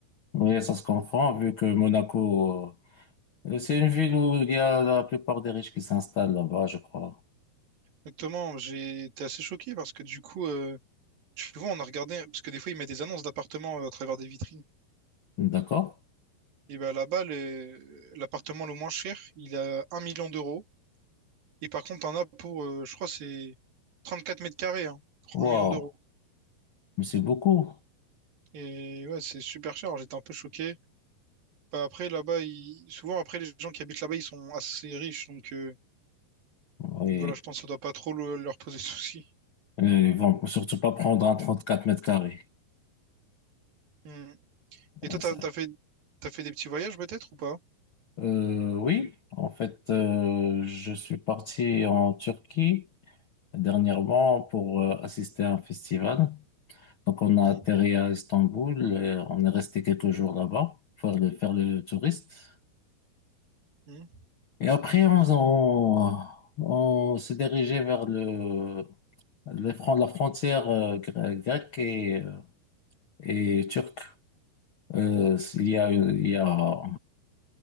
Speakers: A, on the left (about 65°); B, on the right (about 60°).
A: Ouais, ça se comprend vu que Monaco, euh, c'est une ville où il y a la plupart des riches qui s'installent là-bas, je crois.
B: Exactement, j'ai été assez choqué parce que du coup, euh, tu vois, on a regardé, parce que des fois, ils mettent des annonces d'appartements euh, à travers des vitrines.
A: D'accord.
B: Et ben là-bas, le- l'appartement le moins cher, il a un million d'euros. Et par contre, t'en as pour, euh, je crois, c'est 34 mètres carrés, hein, pour
A: Wow.
B: un million d'euros.
A: Mais c'est beaucoup.
B: Et ouais, c'est super cher, Alors, j'étais un peu choqué. Bah, après, là-bas, ils- souvent, après, les gens qui habitent là-bas, ils sont assez riches, donc... euh,
A: Oui.
B: Donc Voilà, je pense que ça doit pas trop le- leur poser de soucis.
A: Euh, Ils vont surtout pas prendre un 34 mètres carrés.
B: Hmm. Et toi,
A: Euh,
B: t'as,
A: Ça.
B: t'as fait, t'as fait des petits voyages peut-être ou pas?
A: Euh, oui, en fait, euh, je suis parti en Turquie dernièrement pour euh, assister à un festival. Donc, on a
B: Hmm,
A: atterri à Istanbul, et on est resté quelques jours là-bas pour faire le, faire le touriste.
B: hmm,
A: Et après, on, on, on s'est dirigé vers le, le fron- la frontière euh, gre- grecque et, euh, et turque. Euh, il y a, il y a